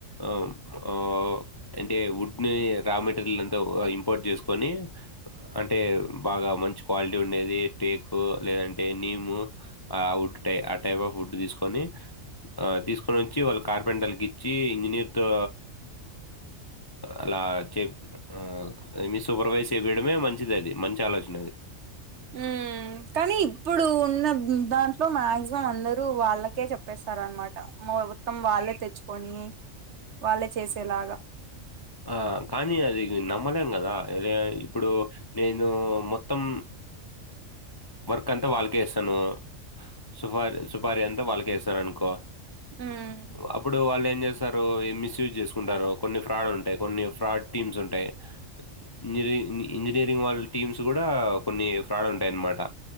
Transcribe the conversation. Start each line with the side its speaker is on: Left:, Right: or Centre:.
Left: ఆ ఆ అంటే వుడ్ ని రా మెటీరియల్ ఇంపోర్ట్ చేసుకొని అంటే బాగా మంచి క్వాలిటీ ఉండేది టేకు లేదంటే నీము ఆ వుడ్ ఆ టైప్ ఆఫ్ ఫుడ్ తీసుకొని తీసుకొని వచ్చి వాళ్ళ కార్పెంటర్కి ఇచ్చి ఇంజనీర్తో అలా ఆ చె ఆ సూపర్వైజ్ చెపియడమే మంచిదండి అది మంచి ఆలోచన అది
Right: ఉమ్ కానీ ఇప్పుడు ఉన్న దాంట్లో మాక్సిమం అందరూ వాళ్ళకే చె ప్పేస్తారనమాట మా మొత్తం వాళ్ళే తెచ్చుకొని వాళ్ళే చేసేలాగా
Left: ఆ కానీ అది న మ్మలేం కాదా ఇప్పుడు నేను మొత్తం త్తం వాళ్ళక ఇస్తాను సుపారి సుపారి అంత వాళ్ళకేస్తాను అనుకో
Right: ఉమ్
Left: అప్పుడు వాళ్ళు ఏం చేస్తారు మిస్యూజ్ చేసుకో కొన్ని ఫ్రాడ్లు ఉంటాయి కొన్ని ఫ్రాడ్ టీమ్స్ ఉంటాయి ఇంజనీరింగ్ ఇంజనీరింగ్ వాళ్లు టీమ్స్ కూడా కొన్ని ఫ్రాడ్ ఉంటాయన్నమాట